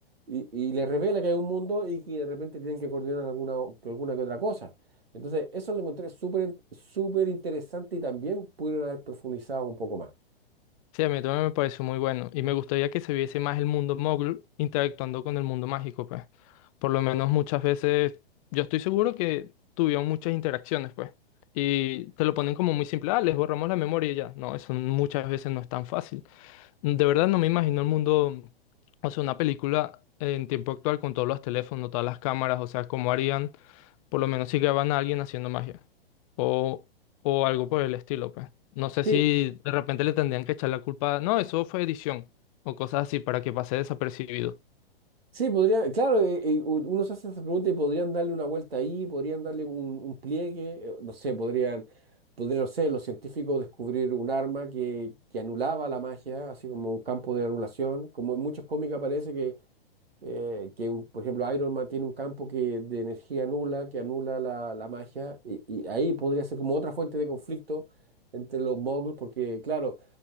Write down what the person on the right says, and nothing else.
y, y le revela que hay un mundo y que de repente tienen que coordinar alguna, o- alguna que otra cosa. Entonces, eso lo encontré súper, súper interesante y también pudieron haber profundizado un poco más.
sí
Sí, podría, claro, eh, eh, u- uno se hace esa pregunta y podrían darle una vuelta ahí, podrían darle un, un pliegue, eh, no sé, podrían, podrían, no sé, los científicos descubrir un arma que, que anulaba la magia, así como un campo de anulación, como en muchos cómics aparece que, eh, que un- por ejemplo, Iron Man tiene un campo que, de energía nula, que anula la, la magia, y, y ahí podría ser como otra fuente de conflicto entre los moguls, porque claro,